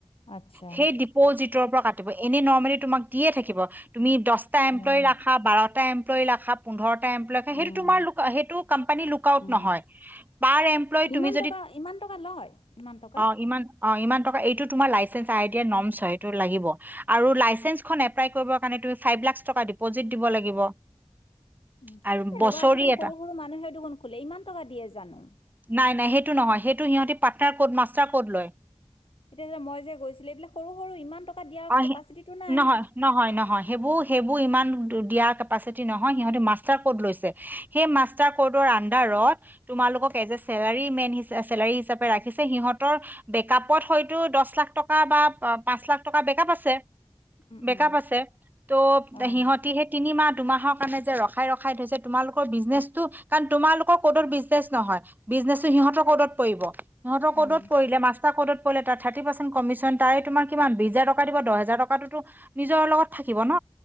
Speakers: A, on the left; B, on the right.
A: আচ্ছা
B: সেই ডিপজিটৰ পৰা কাত এনে নৰ্মেলি তোমাক দিয়ে থাকিব। তুমি দহটা এমপ্লয়ী
A: অ
B: ৰাখা বাৰটা এমপ্লয়ী ৰাখা পোন্ধৰটা এমপ্লয় ৰাখা সেইটো
A: উম,
B: তোমাৰ সেইটো কোম্পানীৰ লুক আউট
A: উম,
B: নহয় পাৰ এমপ্লয়ী তুমি
A: ইমান
B: যদি
A: টকা ইমান টকা লয় ইমান টকা?
B: অঁ ইমান অঁ ইমান টকা এইটো তোমাৰ লাইচেন্স আই এতিয়া নমছ হয় এইটো লাগিব আৰু লাইচেন্স খন এপলাই কৰিব কাৰণে তুমি ফাইভ লাখচ টকা তুমি ডিপজিত দিব লাগিব।
A: উম,
B: আৰু বছৰি
A: ৰ'বা আজিকালি
B: এটা
A: সৰু -সৰু মানুহে দেখোন খোলে, ইমান টকা দিয়ে জানো।
B: নাই নাই সেইটো নহয় সেইটো সিহঁতি পাৰ্নাৰ ক'ত মাষ্টাৰ ক'দ লয়
A: এতিয়া যে মই যে গৈছিলো এইবিলাক সৰু- সৰু ইমান টকা দিয়াৰ
B: অ
A: কেপাচিটিটো
B: সি
A: নাই।
B: নহয় নহয় নহয় সেইবোৰ সেইবোৰ ইমান দিয়া কেপাচিটি নহয় সিহঁতে মাষ্টাৰ কৰ্ড লৈছে, সেই মাষ্টাৰ কৰ্ডৰ আন্দাৰত তোমালোকক as a salary man salary হিচাপে ৰাখিছে সিহঁত ৰ বেকাপত হয়তো দছ লাখ টকা বা পাঁচ লাখ টকা বেকাপ আছে।
A: উম,
B: বেক
A: উম,
B: আপ আছে, ত'
A: অ',
B: সিহতি সেই তিনিমাহ দুমাহৰ কাৰণে যে ৰখাই-ৰখাই থৈছে, তোমালোকৰ বিজনেচটো কাৰণ তোমালোকৰ ক'ডত বিজনেচ নহয়। বিজনেছটো সিহঁতৰ ক'ডত পৰিব। সিহঁতৰ
A: উম,
B: ক'ড কৰিলে মাষ্টাৰ ক'ডত ক'লে তাৰ থাৰটি পাৰ্চেন কমিশন তাৰে তোমাৰ কিমান বিচ হাজাৰ টকা দিব দহ হাজাৰ টকাতোটো নিজৰ লগত থাকিব ন